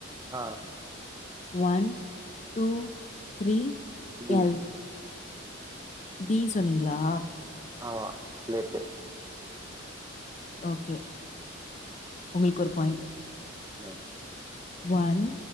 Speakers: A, on the right; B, on the left.
A: அ
B: one two three
A: T
B: L T சொன்னீங்ளா
A: ஆமா லெட்டு
B: ஓக்கே உங்குள்க் ஒரு பாயிண்ட்
A: மு
B: one